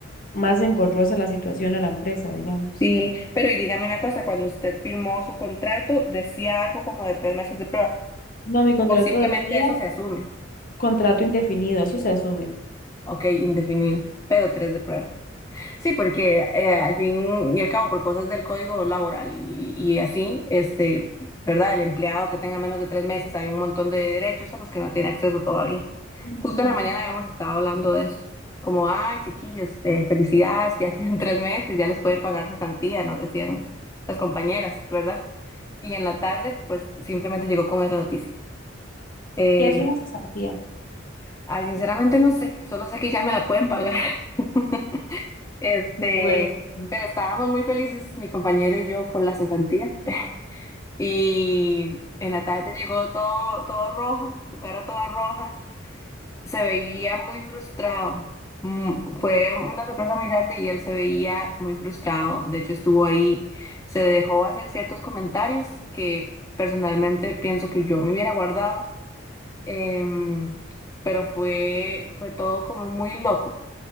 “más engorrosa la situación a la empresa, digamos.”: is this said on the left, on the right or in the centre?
Left